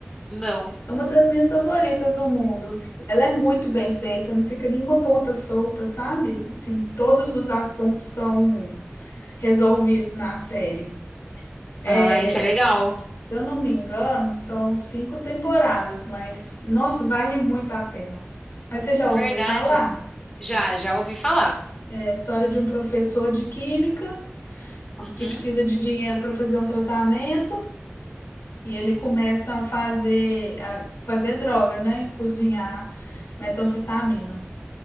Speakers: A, on the left; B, on the left.
A: Não.
B: É uma das minhas favoritas do mundo. Ela é muito bem feita, não fica nenhuma ponta solta, sabe? Assim, todos os assuntos são resolvidos na série. É,
A: Ah, isso é
B: se
A: legal.
B: eu não me engano, são cinco temporadas, mas nossa, vale muito a pena. Mas você já
A: Verdade.
B: ouviu falar?
A: Já, já ouvi falar.
B: É a história de um professor de química
A: Uhum.
B: que precisa de dinheiro para fazer um tratamento e ele começa a fazer, a fazer droga, né? Cozinhar metanfetamina.